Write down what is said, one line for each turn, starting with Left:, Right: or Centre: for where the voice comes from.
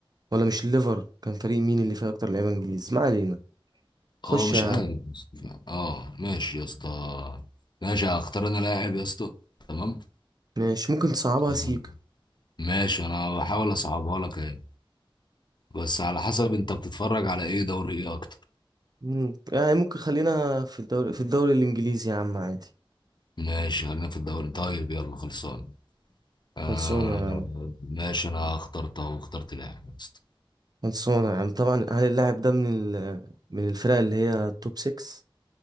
Right: ولا مش الليفر كان فريق مين اللي فيه أكتر لعيبة إنجليز ما علينا خش
Left: اه مش
Right: يا عم
Left: عارف يا اسطى. اه ماشي يا اسطى ماشي هختار انا لاعب يا اسطى تمام
Right: ماشي ممكن تصعبها
Left: تمام.
Right: سيكا
Left: ماشي انا بحاول اصعبها لك اهي بس على حسب انت بتتفرج على ايه دوري ايه اكتر
Right: مم. يعني ممكن خلينا في الدوري في الدوري الإنجليزي يا عم عادي
Left: ماشي خلينا في الدوري طيب يلا خلصان آه
Right: خلصانة يعني
Left: ماشي انا اخترت اهو اخترت لاعب يا اسطى.
Right: خلصانة يا عم طبعا هل اللاعب ده من ال... من الفرق اللي هي توب 6